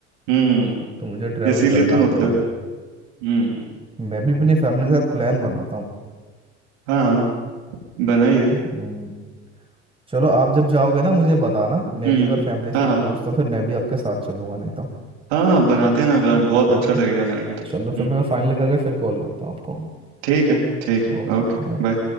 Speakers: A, on the right (about 70°); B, on the right (about 15°).
A: हम्म
B: अब तो मुझे ट्रैवल
A: इसीलिए
B: करना
A: तो मतलब
B: पड़ेगा
A: हम्म
B: मैं भी अपनी फैमिली के साथ प्लान बनाता हूँ
A: हाँ हाँ बनाइए
B: हम्म, चलो आप जब जाओगे ना मुझे बताना मैं
A: हम्म
B: भी अगर फैमिली से
A: हाँ
B: पूछ
A: हाँ
B: तो फिर मैं भी आपके साथ चलूंगा नहीं तो
A: हाँ हाँ बनाते हैं ना प्लान बहुत अच्छा
B: ओके
A: लगेगा जाएंगे तो
B: चलो फिर
A: हम्म
B: मैं फाइनल करके फिर कॉल करता हूँ आपको
A: ठीक है ठीक है
B: ओके
A: ओके
B: बाय
A: बाय